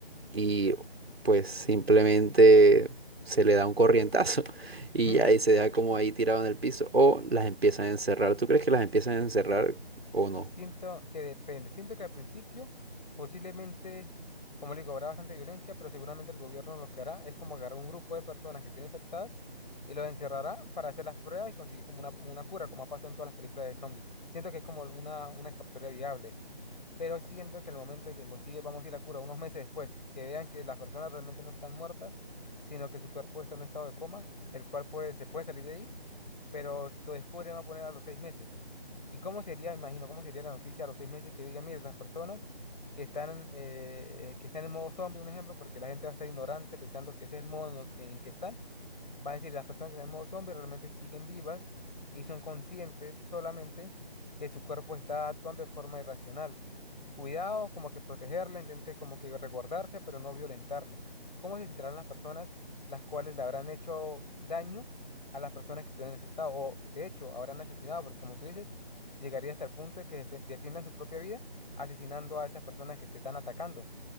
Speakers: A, on the right; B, on the left.
A: y pues simplemente se le da un corrientazo <laughs> y
B: <laughs>
A: ya, y se da como ahí tirado en el piso. O las empiezan a encerrar. ¿Tú crees que las empiezan a encerrar o no?
B: Siento que depende. Siento que al principio posiblemente, como le digo, habrá bastante violencia, pero seguramente el gobierno lo que hará es como agarrar un grupo de personas que estén infectadas y los encerrará para hacer las pruebas y conseguir como una, una cura, como ha pasado en todas las películas de zombies. Siento que es como una, una escapatoria viable. pero siento que al momento de que consigue, vamos a ir a cura unos meses después, que vean que las personas realmente no están muertas, sino que su cuerpo está en un estado de coma, el cual puede, se puede salir de ahí, pero lo descubren, va a poner a los seis meses. ¿Y cómo sería, imagino, cómo sería la noticia a los seis meses que digan, mire, las personas que están, eh, que están en modo zombie, un ejemplo, porque la gente va a estar ignorante pensando que ese es el modo en que están, va a decir, las personas que están en modo zombie realmente siguen vivas y son conscientes solamente que su cuerpo está actuando de forma irracional Cuidado, como que protegerla, intente como que resguardarse, pero no violentarla. ¿Cómo se sentirán las personas las cuales le habrán hecho daño a las personas que estuvieron en ese estado? O de hecho, habrán asesinado, porque como tú dices, llegaría hasta el punto de que defe- defiendan su propia vida asesinando a esas personas que te están atacando.